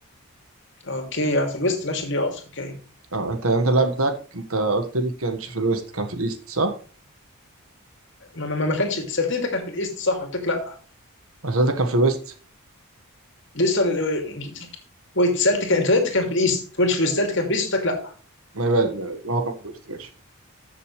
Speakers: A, on the left; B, on the right.
A: اوكي يعني في الويست لعبش بلاي اوف اوكي
B: اه انت انت اللاعب بتاعك انت قلت لي كانش في الويست كان في الايست صح؟
A: ما, ما, ما كانش سالتني انت كان في الايست صح قلت لك لا
B: انا سألتك كان في الويست
A: لسه ال- ويت سالت كان انت قلت كان في الايست ما قلتش في الويست سالت كان في الايست قلت لك لا
B: ما يبان ما يبان. هو كان في الويست ماشي